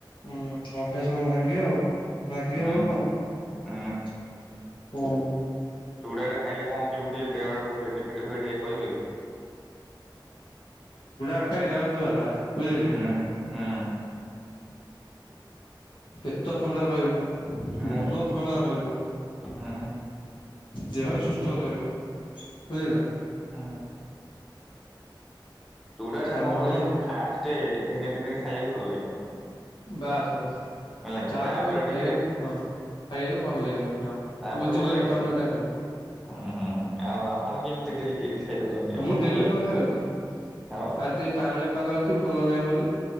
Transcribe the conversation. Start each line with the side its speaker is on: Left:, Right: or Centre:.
Left: ହୁଁ। ଅଭ୍ୟାସ କଣ ଭାଙ୍ଗିହବ ଭାଙ୍ଗିହବ
Centre: ହୁଁ
Left: କଣ
Centre: ହୁଁ ହୁଁ
Left: ହୁଁ।
Centre: ଚୁଡ଼ା ଟା ଖାଇଲେ କଣ କେମିତି ଦେହ ବେନିଫିଟ୍ ହୁଏ ଟିକେ କହିବେ କି?
Left: ଚୁଡା ଖାଇବା ଦ୍ଵାରା ବୁଝିଲେ।
Centre: ହୁଁ ହୁଁ
Left: ପେଟ ଥଣ୍ଡା ରହିବ।
Centre: ହୁଁ
Left: ମନ ଥଣ୍ଡା ରହିବ
Centre: ହୁଁ ହୁଁ
Left: ଦେହ ସୁ ସ୍ଥ ରହିବ। ବୁଝିଲ।
Centre: ହୁଁ। ଚୁଡା ଟା
Left: ଆଉ
Centre: କଣ
Left: ମନ
Centre: କହିଲେ ଫାଷ୍ଟେ ଦିନେ ଦି ଦିନ ଖାଇବାକୁ ଭଲ ଲାଗିବ।
Left: ବାସ୍ ବାସ୍।
Centre: ହେଲା କି
Left: ତାପରେ ଖାଇବାକୁ
Centre: ଟିକେ
Left: ହଁ ଖାଇବାକୁ ଭଲ ଲାଗିବନି ହଁ
Centre: ତାପରେ
Left: ବୁଝି
Centre: ଭଲ
Left: ପାରୁଛି
Centre: ଲାଗିବ।
Left: ତମେ ଯୋଉଟା କହୁଛ।
Centre: ହୁଁ ହୁଁ ଆଉ ଆପଣ କେମିତି ଡେଲି କେକ୍ ଖାଇଦଉଛନ୍ତି ଆପଣଙ୍କୁ
Left: ମୁଁ ଡେଲି
Centre: ଭଲ ଲାଗୁଛି?
Left: କଣ ଖାଉଛି
Centre: ଆଉ
Left: ଆଜି ଟିକେ କାଉଁଳିଆ ପାଗ ଅଛି ଭଲାଗିବ ବୋଲି